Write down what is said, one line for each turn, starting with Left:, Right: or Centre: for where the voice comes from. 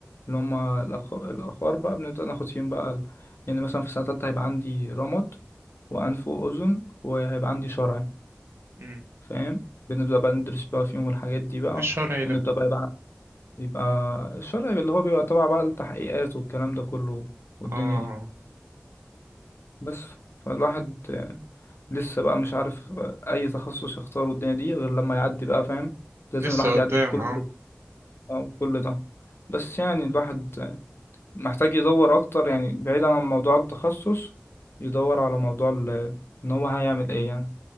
Left: اللي هما الأخ- الاخر بقى بنبدأ ناخد فيهم بقى ال- يعني مثلا في سنة تالتة هيبقى عندي رمد وأنف وأذن وهيبقى عندي شرعي
Right: امم
Left: فاهم بنبدأ بقى ندرس بقى فيهم الحاجات دي بقى
Right: الشرعي
Left: ونبدأ
Right: ده
Left: بقى يبقى يبقى الشرعي اللي هو بيبقى تبع بقى التحقيقات والكلام ده كله والدنيا
Right: اه
Left: دي بس فالواحد آه، لسه بقى مش عارف آه، أي تخصص يختاره الدنيا دي غير لما يعدي بقى فاهم لازم
Right: لسه
Left: الواحد
Right: قدام
Left: يعدي بكل
Right: اه
Left: آه، بكل ده بس يعني الواحد آه، محتاج يدور أكتر يعني بعيدا عن موضوع التخصص يدور على موضوع ال- إن هو هيعمل إيه يعني